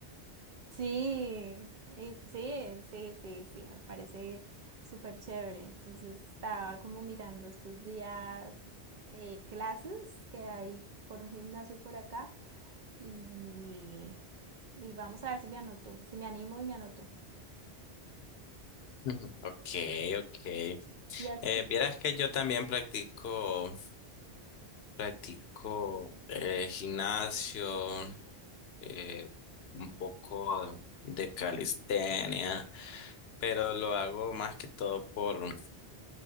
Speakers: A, on the right; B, on the left.
A: Sí, y pues sí, sí, sí, sí, me parece súper chévere. Entonces estaba como mirando estos días eh, clases que hay por un gimnasio por acá y, y vamos a ver si me anoto, si me animo y me anoto.
B: Ujú. Ok, ok.
A: Y así,
B: Eh, vieras que yo también practico, practico eh, gimnasio, eh, un poco de calistenia, pero lo hago más que todo por